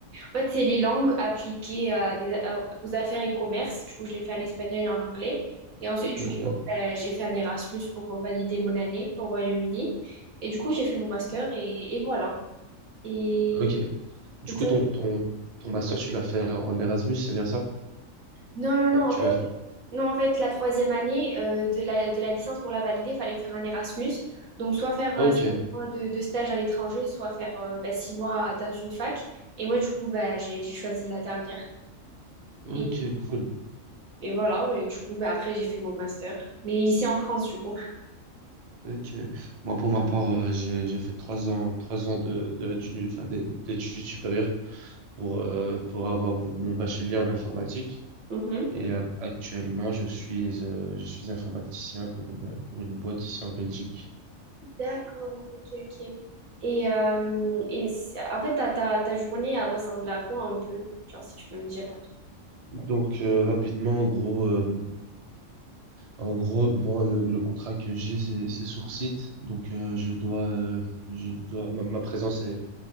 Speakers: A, on the right; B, on the right.
A: En fait, c'est les langues appliquées à des... à- aux affaires et commerces. Du coup, je l'ai fait en espagnol et en anglais. Et ensuite,
B: ok,
A: du coup, ben, j'ai fait un Erasmus pour valider mon année au Royaume-Uni. Et du coup, j'ai fait mon master et, et voilà. Et,
B: ok. Du
A: et
B: coup,
A: toi,
B: ton, ton, ton master, tu l'as fait en Erasmus, c'est bien ça?
A: Non, non, non,
B: Enfin, Tu
A: en fait,
B: l'as fait.
A: non, en fait, la troisième année euh, de la, de la licence pour la valider, il fallait faire un Erasmus. Donc, soit faire
B: Ok,
A: euh, six mois de, de stage à l'étranger, soit faire euh, bah, six mois dans une fac. Et moi, du coup, bah, j'ai, j'ai choisi la dernière.
B: ok,
A: Et,
B: cool.
A: et voilà, et du coup, bah, après, j'ai fait mon master. Mais ici en France, du coup.
B: Ok. Moi, pour ma part, euh, j'ai, j'ai fait trois ans, trois ans de, de, d'uni- enfin, d'é- d'études supérieures pour, euh, pour avoir mon, mon bachelier en informatique.
A: Mhm.
B: Et ac- actuellement, je suis, euh, je suis informaticien pour une, pour une boîte ici en Belgique.
A: D'accord, ok, ok. Et, euh, et si- en fait, ta, ta, ta journée, elle ressemble à quoi un peu? Genre, si tu peux me dire.
B: Donc euh, rapidement, en gros, euh, en gros, moi le, le contrat que j'ai c'est c'est sur site, donc euh, je dois, euh, je dois, ma, ma présence est,